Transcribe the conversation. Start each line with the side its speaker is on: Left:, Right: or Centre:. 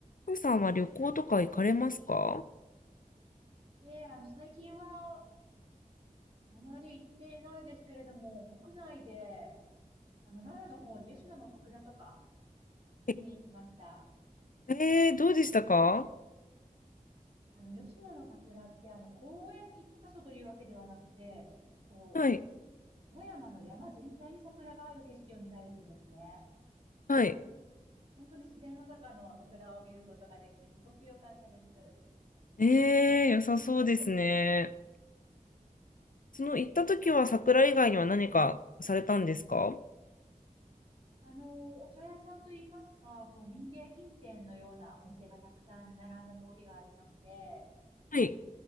Left: ふうさんは旅行とか行かれますか
Right: ええ、あの、最近は、あまり行っていないですけれども、国内で、あの、奈良の方に吉野の桜とか見に行きました。
Left: ええーどうでしたか
Right: あの、吉野の桜って、あの、公園一箇所というわけではなくて、こ
Left: はい、
Right: う、野山の山全体に桜がある景色を見られるんですね。
Left: はい。
Right: 本当に自然の中の桜を見ることができて、すごく良かったです。
Left: ええー良さそうですね。その行った時は桜以外には何かされたんですか
Right: あの、お茶屋さんといいますか、こう、民芸品店のようなお店がたくさん並んだ通りがありまして、
Left: はい、